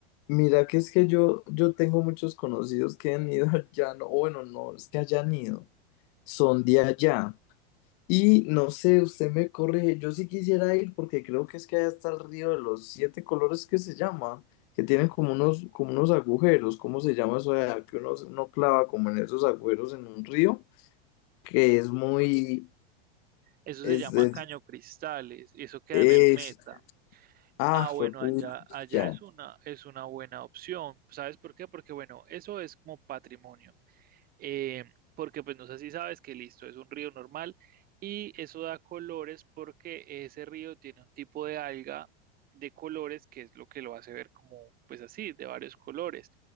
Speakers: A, on the left; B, on the right.
A: Mira que es que yo, yo tengo muchos conocidos que han ido <laughs> allá, no, o bueno, no es que hayan ido, son de allá. Y no sé, usted me corrige, yo sí quisiera ir porque creo que es que allá está el río de los siete colores que se llama, que tienen como unos, como unos agujeros, ¿cómo se llama eso de allá? Que uno, uno clava como en esos agujeros en un río, que es muy,
B: Eso
A: es,
B: se llama
A: es,
B: Caño Cristales, eso queda
A: es-
B: en el Meta.
A: ah,
B: Ah,
A: fue
B: bueno,
A: pucha.
B: allá, allá es una, es una buena opción. ¿Sabes por qué? Porque, bueno, eso es como patrimonio eh, porque pues no sé si sabes que listo, es un río normal y eso da colores porque ese río tiene un tipo de alga de colores que es lo que lo hace ver como pues así, de varios colores.